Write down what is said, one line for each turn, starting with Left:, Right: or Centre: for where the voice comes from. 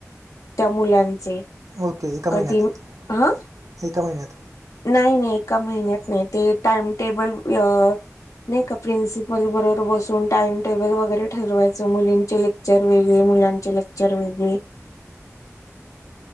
Left: त्या मुलांचे
Right: ओके एका
Left: कधी
Right: महिन्यात
Left: हा
Right: एका महिन्यात
Left: नाही नाही एका महिन्यात नाही ते टाइमटेबल नाही का प्रिन्सिपल बरोबर बसून टाइम टेबल वगैरे ठरवायचं मुलींचे लेक्चर वेगळे मुलांचे लेक्चर वेगळे